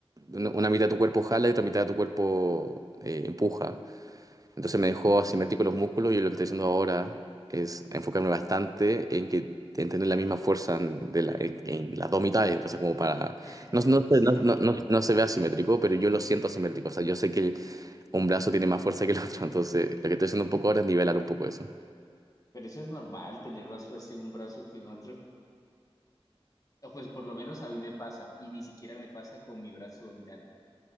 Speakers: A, on the right; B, on the left.
A: una una mitad de tu cuerpo jala y otra mitad de tu cuerpo eh, empuja. Entonces me dejó asimétrico los músculos y lo que estoy haciendo ahora es enfocarme bastante en que en tener la misma fuerza en, de la- en- en las dos mitades, o sea, como para...
B: <laughs>
A: No, no,
B: Sí,
A: se- no, no, no- no se ve asimétrico, pero yo lo siento asimétrico, o sea, yo sé que un brazo tiene más fuerza que el otro, entonces lo que estoy haciendo un poco ahora es nivelar un poco eso.
B: pero eso es normal, tener más fuerza en un brazo que en otro. O Pues por lo menos a mí me pasa, y ni siquiera me pasa con mi brazo dominante.